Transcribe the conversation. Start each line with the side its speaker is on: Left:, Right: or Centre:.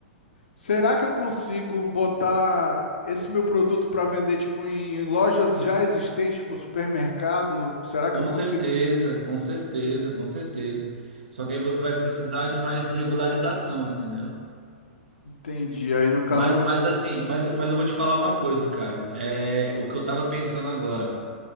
Left: Será que eu consigo botar esse meu produto para vender tipo em, em lojas já existentes, tipo supermercado? Será
Right: Com
Left: que eu consigo?
Right: certeza, com certeza, com certeza. Só que aí você vai precisar de mais regularização, entendeu?
Left: Entendi. Aí no caso
Right: Mas,
Left: eu vou
Right: mas assim, mas, mas eu vou te falar uma coisa, cara. É o que eu tava pensando agora.